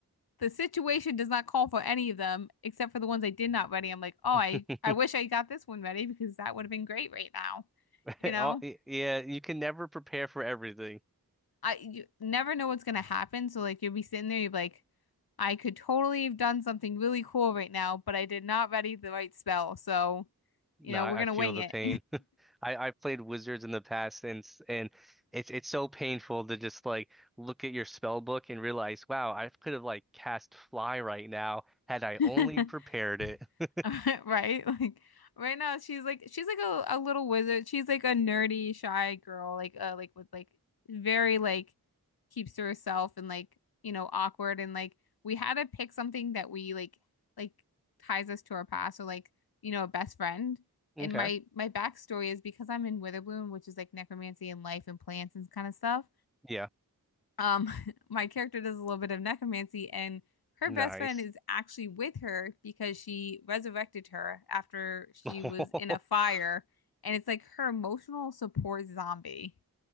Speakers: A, on the left; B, in the centre.
A: the situation does not call for any of them except for the ones I did not ready. I'm like, oh,
B: <laughs>
A: I, I wish I got this one ready because that would have been great right now.
B: Oh,
A: You know,
B: Yeah, you can never prepare for everything.
A: I you never know what's gonna happen. So like you'll be sitting there, you're like, I could totally have done something really cool right now, but I did not ready the right spell. So,
B: No,
A: you know,
B: I
A: we're gonna
B: I feel
A: wing
B: the
A: it.
B: pain. <laughs> I I played Wizards in the past and s- and it's it's so painful to just like look at your spell book and realize, wow, I could have like cast fly right now had I
A: <laughs>
B: only prepared it. <laughs>
A: <laughs> right? Like right now she's like she's like a, a little wizard. She's like a nerdy, shy girl, like uh like with like very like keeps to herself and like, you know, awkward and like we had to pick something that we like like ties us to our past or like, you know, a best friend. And
B: Okay.
A: my my backstory is because I'm in Witherbloom, which is like necromancy and life and plants and kind of stuff
B: Yeah.
A: um <laughs> my character does a little bit of necromancy and her
B: Nice.
A: best friend is actually with her because she resurrected her after she
B: <laughs>
A: was in a fire and it's like her emotional support zombie